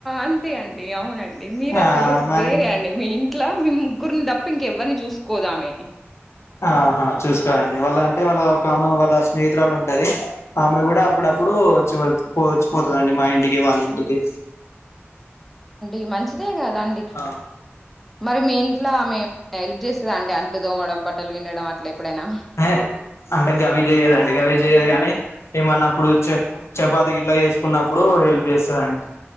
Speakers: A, in the centre; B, on the left (about 80°).
A: అంతే అండి అవునండి మీరు
B: ఆ
A: అసలు
B: మరి
A: వేరే అండి మీ ఇంట్లో మీ ముగ్గురిని తప్పు ఇంకెవరి చూసుకోదు ఆమె
B: ఆహా చూసుకోదండి వాళ్ళ అంటే వాళ్ళ ఒక ఆమె వాళ్ళ స్నేహితురాలు ఉంటది ఆమె కూడా అప్పుడప్పుడు వచ్చి వచ్చిపోతుందిండి మా ఇంటికి వాళ్ళ ఇంటికి
A: ఈ మంచిదే కాద్ అండి
B: ఆ
A: మరి మీ ఇంట్లో ఆమె ఏమైనా హెల్ప్ చేస్తాదా అండి అంట్లు దోమడం, బట్టలు పిండడం అట్లా ఎప్పుడైనా?
B: ఏ అంటే గవి చేయదండి గవి చేయదు గానీ ఏమన్నప్పుడు చాప్ చపాతి గిట్ల చేసుకున్నప్పుడు అప్పుడు చేస్తది అండి